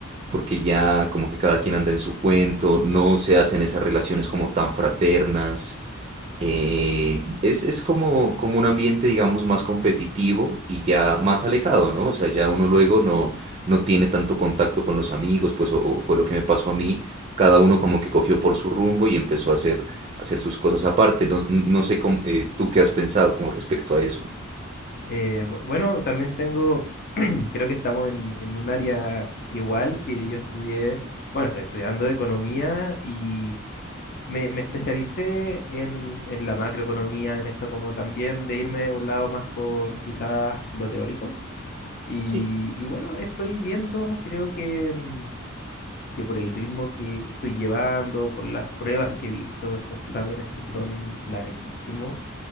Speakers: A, on the right (about 30°); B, on the left (about 45°).
A: porque ya como que cada quien anda en su cuento, no se hacen esas relaciones como tan fraternas, eh, es, es como, como un ambiente, digamos, más competitivo y ya más alejado, ¿no? O sea, ya uno luego no, no tiene tanto contacto con los amigos, pues o, o fue lo que me pasó a mí. Cada uno como que cogió por su rumbo y empezó a hacer, a hacer sus cosas aparte. No, no sé cómo, eh, tú qué has pensado como respecto a eso.
B: Eh, bu- bueno, también tengo, <clears throat> creo que estamos en, en un área igual que yo estudié, bueno, estoy estudiando economía y me, me especialicé en, en la macroeconomía, en esto como también de irme a un lado más por quizás lo teórico. Y,
A: Sí,
B: y bueno, estoy viendo, creo que, mm, que por el ritmo que, que estoy llevando, por las pruebas que he visto, estos exámenes que son larguísimos